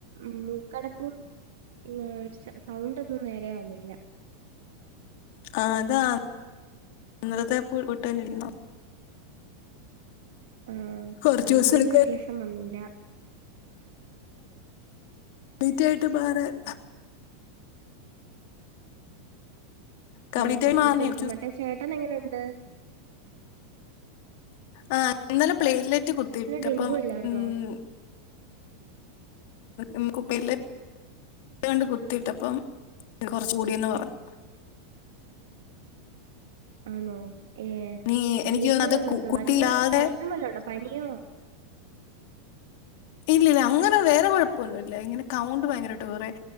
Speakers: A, on the right; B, on the left.
A: ഉം മൂക്കടപ്പും പിന്നാ സ് സൗണ്ടൊന്നും നേരെയാവ്ന്നില്ല
B: ആ അതാ ഇന്നലത്തെ പുപുട്ട് തന്നിരിക്കുന്നോ
A: ആ
B: കുറച്ച്
A: സൗണ്ടിന്
B: ദിവസം എടുക്കുമായിരിക്കും
A: വ്യത്യാസം വന്നില്ല
B: ലൈറ്റായിട്ട് മാറാൻ കംപ്ലീറ്റ്
A: ആ കുറച്ചോസം
B: ആയി മാറാനേ
A: എടുക്കും
B: കുറച്ച് ദിവസം
A: മറ്റേ ചേ അന്ന് എങ്ങനെണ്ട്
B: ആ ഇന്നലെ പ്ലേറ്റ്ലറ്റ് കുത്തിയിട്ടപ്പം
A: ഡെങ്കു അല്ലായിരുന്നോ
B: ഉം ഉം കുപ്പില് <unintelligible> ആണ്ട് കുത്തിയിട്ടപ്പം കൊറച്ചുകൂടിന്ന് പറഞ്ഞു
A: ആണോ ഏ
B: നീ എനിക്ക്
A: എന്നിട്ട്
B: തോന്നുന്നു അത് കു-
A: ത്
B: കുട്ടിയില്ലാതെ
A: വല്യ പ്രശ്നം വല്ലണ്ടോ പനിയോ
B: ഇല്ലല്ല അങ്ങനെ വേറെ കൊഴപ്പൊന്നുല്ല ഇങ്ങനെ കൗണ്ട് ഭയങ്കരമായിട്ട് കുറയാ